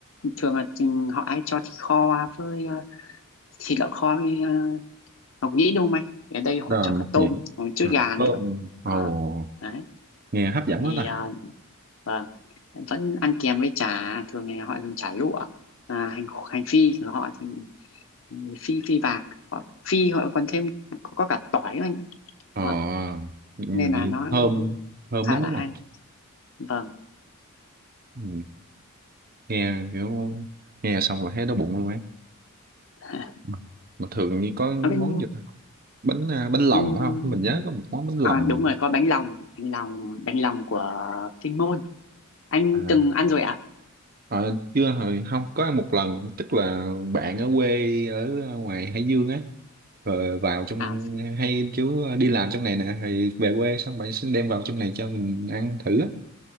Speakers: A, on the left; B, on the right.
A: thường là chừng họ hay cho thịt kho với ờ, thịt lợn kho với uh, ngọc nhĩ đúng không anh ở đây họ
B: đó
A: cho
B: là
A: cả
B: mộc
A: tôm
B: nhĩ
A: và một chút
B: à,
A: gà
B: thơm
A: nữa
B: ồ
A: đó đấy
B: nghe hấp dẫn
A: thì
B: quá ta
A: uh, vâng vẫn ăn kèm với chả thường ngày họ dùng chả lụa à, hành hành phi của họ thì, thì phi phi vàng họ phi họ còn thêm có, có cả tỏi nữa anh
B: ờ
A: đó
B: ừ,
A: nên là
B: gì
A: nó
B: thơm thơm
A: khá
B: lắm
A: là
B: đúng
A: hay
B: không
A: vâng
B: ừ, nghe kiểu nghe xong là thấy đói bụng luôn ấy
A: <laughs>
B: Ừ. mà thường như có
A: ở bên
B: món gì bánh à, bánh lòng
A: ừm,
B: không mình nhớ có một món bánh lòng
A: à, đúng rồi có bánh lòng bánh lòng bánh lòng của Kinh Môn anh
B: à,
A: từng ăn rồi ạ
B: ờ, chưa hồi không có ăn một lần tức là bạn ở quê ở à, ngoài Hải Dương á rồi vào trong
A: à?
B: hay chú đi làm trong này nè rồi về quê xong bạn xin đem vào trong này cho mình ăn thử á